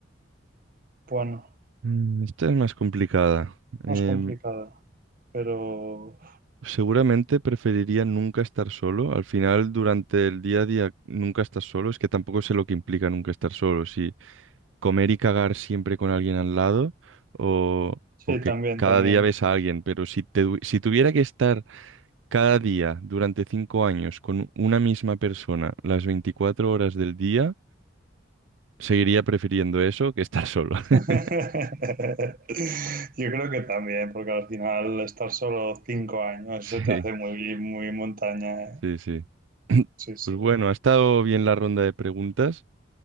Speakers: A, on the right; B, on the right.
A: Bueno,
B: Mm, Esta es más complicada.
A: es
B: Em,
A: más complicada, pero
B: seguramente preferiría nunca estar solo. Al final, durante el día a día, nunca estás solo. Es que tampoco sé lo que implica nunca estar solo. Si comer y cagar siempre con alguien al lado o,
A: sí,
B: o que
A: también,
B: cada
A: también.
B: día ves a alguien. Pero si, te- si tuviera que estar cada día durante cinco años con una misma persona las 24 horas del día, seguiría prefiriendo eso que estar solo.
A: <laughs>
B: <laughs>
A: Yo creo que también, porque al final estar solo cinco años
B: Sí,
A: se te hace muy, muy montaña. ¿eh?
B: sí, sí.
A: Sí, sí,
B: Pues bueno, ha estado bien la ronda de preguntas.